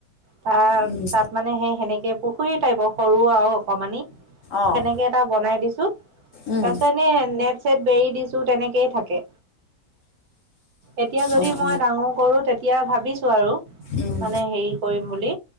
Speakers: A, on the right; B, on the left.
A: তাৰ
B: উম,
A: তাত মানে সেই সেনেকে পুখুৰী টাইপ সৰু আৰু অকমানি
B: অ',
A: সেনেকে এটা বনাই দিছোঁ তাৰ
B: উম,
A: পিছত এনে নেট চেট বেৰি দিছো তেনেকেই থাকে এতিয়া যদি
B: অ', অ',
A: মই ডাঙৰ কৰোঁ তেতিয়া এতিয়া ভাবিছোঁ আৰু
B: উম,
A: মানে হেৰি কৰিম বুলি